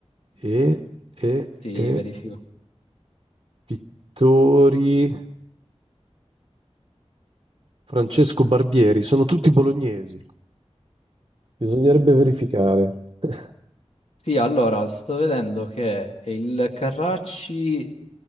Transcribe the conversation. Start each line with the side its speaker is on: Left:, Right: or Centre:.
Right: e, e,
Left: Sì,
Right: e
Left: verifico.
Right: pittori Francesco Barbieri, sono tutti bolognesi. Bisognerebbe verificare. <laughs>
Left: Sì, allora, sto vedendo che il Carracci